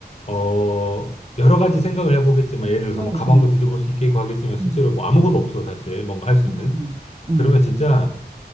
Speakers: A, on the left (about 40°); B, on the right (about 30°).
A: 어, 여러 가지 생각을 해보겠지만, 예를 들어서
B: 응,
A: 뭐 가방도
B: 응,
A: 뒤져볼 수 있겠고 하겠지만, 실제로
B: 응,
A: 뭐 아무것도 없어, 사실. 뭔가 할 수 있는.
B: 응, 응. 응.
A: 그러면 진짜,